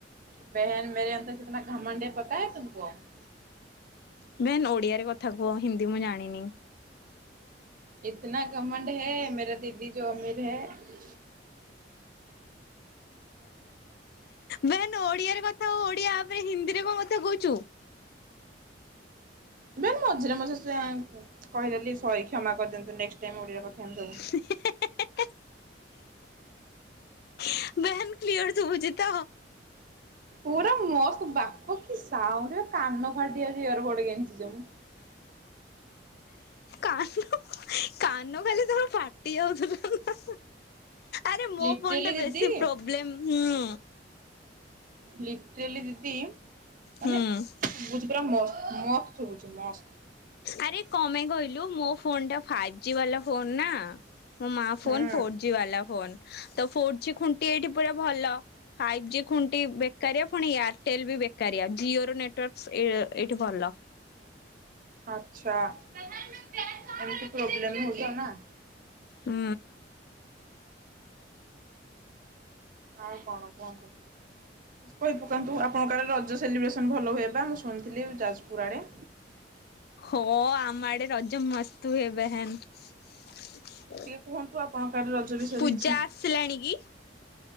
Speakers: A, on the right (about 50°); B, on the left (about 60°).
A: <unintelligible>
B: <unintelligible> ଓଡ଼ିଆରେ କଥା କୁହ ହିନ୍ଦୀ ମୁଁ ଜାଣିନି।
A: <unintelligible>
B: ବେନ୍ ଓଡିଆରେ କଥା ହ ଓଡିଆ ଆବେ ହିନ୍ଦୀରେ କଣ କଥା କହୁଛୁ।
A: ବେ ମଝିରେ ମଝିରେ <unintelligible> କହିଦେଲି ସରି କ୍ଷମା କରିଦିଅନ୍ତୁ ନେକ୍ସଟ ଟାଇମ୍ ଓଡ଼ିଆରେ କଥା ହେବି ସବୁ।
B: ହେ ହେ ହେ ହେ <unintelligible> କ୍ଲିୟର ସୁବୁଚି ତ?
A: ପୁରା ମସ୍ତ ବାପ କି ସାଉଣ୍ଡ ଵେ କାନ ଫାଟି ଯାଉଛି ୟରବର୍ଡ ଗେଂଜିଚି ମୁଁ।
B: କାନ କାନ ଖାଲି ତୋର ଫାଟି ଯାଉଥିଲା ନା ଆରେ ମୋ
A: ଲିଟରେଲି
B: ଫୋନ ଟା
A: ଦିଦି
B: ବେଶୀ ପ୍ରୋବ୍ଲେମ ହୁଁ।
A: ଲିଟରେଲି ଦିଦି ମାନେ
B: ହୁଁ।
A: ଶୁଭୁଚି ପୁରା ମସ୍ତ ମ ଶୁଭୁଚି ମସ୍ତ।
B: ଆରେ କ ମାଇଁ କହିଲୁ ମୋ ଫୋନ ଟା ଫାଇବ୍ ଜି ବାଲା ଫୋନ ନା। ମୋ ମା ଫୋନ
A: ହୁଁ
B: ଫୋର୍ ଜି ବାଲା ଫୋନ ତ ଫୋର୍ ଜି ଖୁଣ୍ଟି ଏଇଠି ପୁରା ଭଲ। ଫାଇଭ୍ ଜି ଖୁଣ୍ଟି ବେକାରିଆ ପୁଣି ଏଆର ଟେଲ ବି ବେକାରିଆ ଜିଓ ର ନେଟୱାର୍କ ଏଇଠି ଭଲ।
A: ଆଛା ଏମିତି ପ୍ରୋବ୍ଲେମ ହଉଚ ନା।
B: ହୁଁ।
A: ଆଉ କଣ କୁହନ୍ତୁ? କିଛି କହି ପକାନ୍ତୁ ଆପଣଙ୍କ ଆଡ଼େ ରଜ ସେଲିବ୍ରେସନ୍ ଭଲ ହୁଏ ବା ମୁଁ ଶୁଣିଥିଲି ଯାଜପୁର ଆଡ଼େ।
B: ହ ଆମ ଆଡେ ରଜମସ୍ତ ହୁଅ ବା ହେନ
A: ଟିକେ କୁହନ୍ତୁ ଆପଣଙ୍କ ଆଡେ ରଜ ବିଷୟରେ
B: ପୂଜା
A: କିଛି।
B: ଆସିଲାଣି କି?